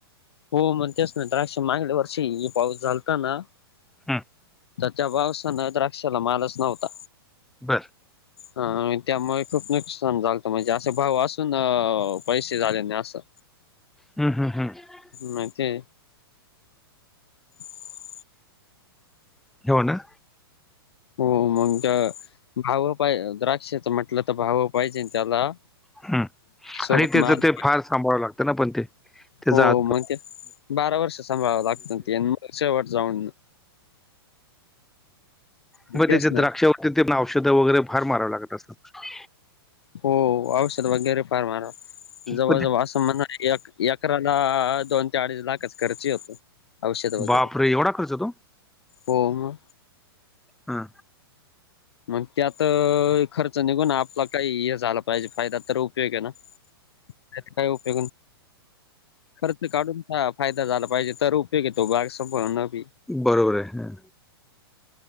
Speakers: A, on the left (about 80°); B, in the centre.
A: हो मन तेच ना द्राक्ष माझ्याकडं वर्षी पाऊस झालताना
B: हम्म.
A: तर त्या पावसानं द्राक्षाला मालच नव्हता.
B: बरं
A: हा आणि त्यामुळे खूप नुकसान झालतं म्हणजे असे भाव असून पैसे झालेने असं.
B: हम्म हम्म हम्म.
A: माहितेय ह
B: ह्यो ना.
A: हो मंग त्या भाव पा द्राक्षाच म्हटलं तर भाव पाहिजेन त्याला.
B: हम्म
A: सोबत
B: आणि त्याचं
A: माल
B: ते फार सांभाळवं लागतं ना पण ते. त्याचा
A: हो मग ते बारा वर्ष सांभाळावं लागतं तेन म शेवट जाऊन
B: म
A: तेच
B: तिथं
A: ना
B: द्राक्षावरती ते पण औषधं वगैरे फार माराव लागत असतात.
A: हो औषध वगैरे फार मारवा जवळ
B: पण ते
A: जवळ अस <unintelligible> एक एकरा ला दोन ते अडीच लाखाच खर्च येतो. औषध वगैरे
B: बापरे एवढा खर्च होतो?
A: हो म.
B: हा.
A: मग त्यात खर्च निघून आपला काही हे झालं पाहिजे फायदा तर उपयोग आहे नाहीतर काय उपयोग ना. खर्च काढून फा फायदा झाला पाहिजे तर उपयोग येतो बाग संपनं बी.
B: बरोबर आहे हा.